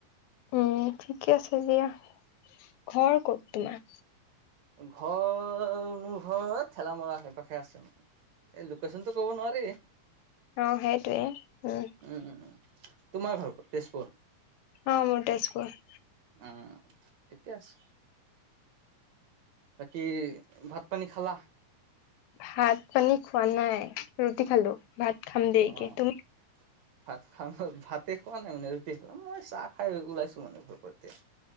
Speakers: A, on the left; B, on the right.
A: উম ঠিকে আছে দিয়া ঘৰ ক'ত তোমাৰ
B: ঘৰ মোৰ ঘৰত ঠেলামৰা আশে পাশে আছে মানে এই লোকেশচন তো কব নোৱাৰি
A: অহ সেইটোৱে উম
B: উম উম তোমাৰ ঘৰ তেজপুৰ
A: অ মোৰ তেজপুৰ
B: উম ঠিকে আছে। বাকী ভাত পানী খালা।
A: ভাত পানী খোৱা নাই ৰুটি খালো ভাত খাম দেৰিকে
B: অ',
A: তুমি
B: ভাত খাম ভাতে খোৱা নাই মানে ৰুটি খালো মই চাহ খাই ওলাইছো মানে ঘৰৰ পৰা এতিয়া।